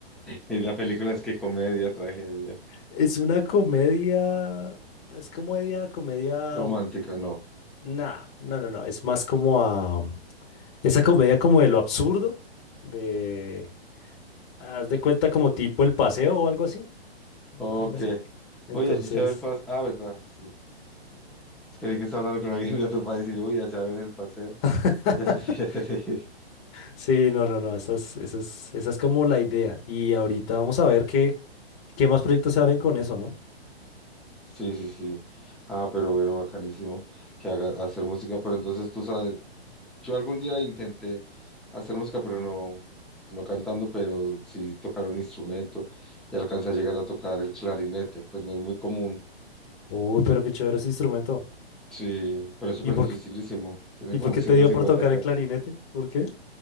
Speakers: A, in the centre; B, on the left.
A: Y la película es que comedia, tragedia,
B: Es una comedia, es comedia, comedia...
A: romántica, no.
B: Nah, no, no, no. Es más como a... Esa comedia como de lo absurdo, de... Haz de cuenta como tipo El Paseo o algo así. Una
A: Ok.
B: vaina así. Entonces...
A: Oye, allí se ve el paseo. Ah, ¿verdad? Sí. Es que de que está hablando con alguien de otro país y yo, uy, allá ven el paseo. <laughs>
B: <laughs>
A: Ya te ya te dije.
B: Sí, no, no, no, esa es, esa es, esa es como la idea. Y ahorita vamos a ver qué, qué más proyectos se abren con eso, ¿no?
A: Sí, sí, sí. Ah, pero bueno, bacanísimo que haga hacer música, pero entonces tú sabes. Yo algún día intenté hacer música, pero no, no cantando, pero sí tocar un instrumento y alcancé a llegar a tocar el clarinete, pues no es muy común.
B: Uy, pero qué chévere ese instrumento.
A: Sí, pero es súper
B: ¿Y por
A: dificilísimo.
B: qué,
A: Tiene
B: y
A: como
B: por qué
A: <laughs> ciento
B: te dio
A: cincuenta
B: por tocar
A: claves.
B: el clarinete? ¿Por qué?